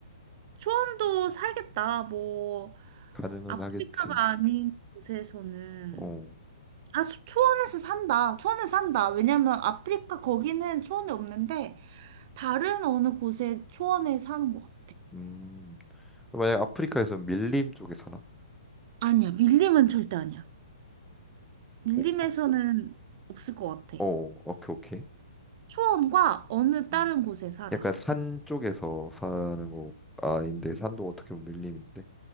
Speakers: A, on the right; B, in the centre.
A: 초원도 살겠다. 뭐,
B: 가능은
A: 아프리카가
B: 하겠지.
A: 아닌 곳에서는.
B: 어,
A: 아, 수- 초원에서 산다. 초원에 산다. 왜냐면 아프리카 거기는 초원이 없는데, 다른 어느 곳에 초원에 사는 것 같아.
B: 음. 만약 아프리카에서 밀림 쪽에 사나?
A: 아니야, 밀림은 절대 아니야. 밀림에서는
B: 오,
A: 없을 것 같아.
B: 어, 오케이, 오케이.
A: 초원과 어느 다른
B: 음.
A: 곳에 살아.
B: 약간 산 쪽에서 사는 거 아, 아닌데 산도 어떻게 보면 밀림인데.